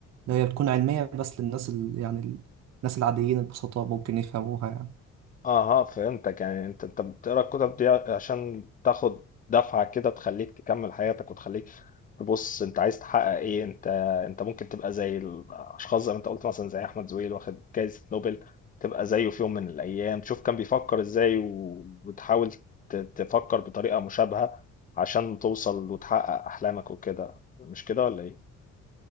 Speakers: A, on the right; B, on the left.
A: اللي هي بتكون علمية بس للناس ال يعني ال- الناس العاديين البسطاء ممكن يفهموها يعني
B: أها فهمتك يعني أنت أنت بتقرأ الكتب دي عشان تاخد دفعة كده تخليك تكمل حياتك وتخليك تبص أنت عايز تحقق إيه أنت أنت ممكن تبقى زي الأشخاص زي ما أنت قلت مثلا زي أحمد زويل واخد جايزة نوبل تبقى زيه في يوم من الأيام تشوف كان بيفكر إزاي و- وتحاول ت- تفكر بطريقة مشابهة عشان توصل وتحقق أحلامك وكده مش كده ولا إيه؟